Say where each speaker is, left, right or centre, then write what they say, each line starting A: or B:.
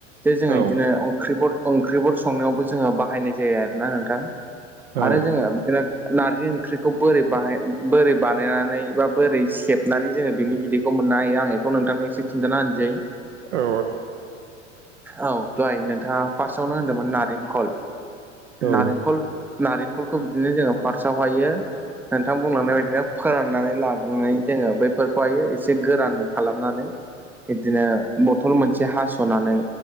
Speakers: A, in the centre; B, on the right.
A: जे जोङो
B: औ
A: इदिनो ओंख्रिफोर ओंख्रिफोर संनायावबो जोङो बाहायनाय जाया आरो ना नोंथां।
B: औ
A: आरो जोङो बिराद नारजि ओंख्रिखौ बोरै बाहा बोरै बानायनानै बा बोरै सेबनानै जोङो बिनि बिदै खौ मोननो हायो आं एखौ नोंथांनि सि खिन्थाना होनोसै।
B: औ
A: औ दहाय नोंथाङा फासावनो होनदोंमोन नारेंखल
B: औ
A: नारेंखल
B: औ
A: नारेंखलखौ बिदिनो जोङो फारसाव हायो नोंथां बुंलांनाय बायदिनो फोराननानै लाबोनानै जोङो बैफोरखौहायो एसे गोरान खालामनानै। इदिनो बथल मोनसे हास'नानै